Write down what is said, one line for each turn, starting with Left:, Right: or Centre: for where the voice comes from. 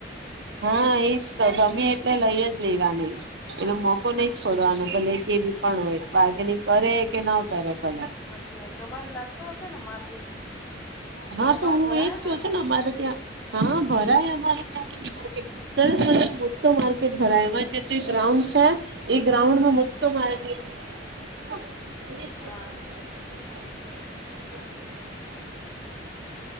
Right: હા એજ તો ગમે એટલે લઈ જ લેવાની.
Left: હાચી
Right: એનો મોકો
Left: વાત
Right: નહી
Left: તમ
Right: છોડવાનો, ભલે કેવી પણ હોય બાર્ગેનિંગ કરે કે ન કરે ભલે
Left: હાચી વાત તમારે લાગતો હશે ને માર્કેટ?
Right: હા.
Left: તમારે
Right: તો હું
Left: ભરાયા
Right: એજ કહુ
Left: માર્કેટ
Right: છે ને,
Left: તો
Right: મારે
Left: આ જગ્યા
Right: ત્યાં હા ભરાય <unintelligible>
Left: હા
Right: <unintelligible> તો માર્કેટ ભરાય અમાંર ત્યા ગ્રાઉન્ડ છે. એ ગ્રાઉન્ડ
Left: હા હા
Right: માં મોટો માર્કેટ <inaudible> <unintelligible>
Left: હા
Right: <inaudible>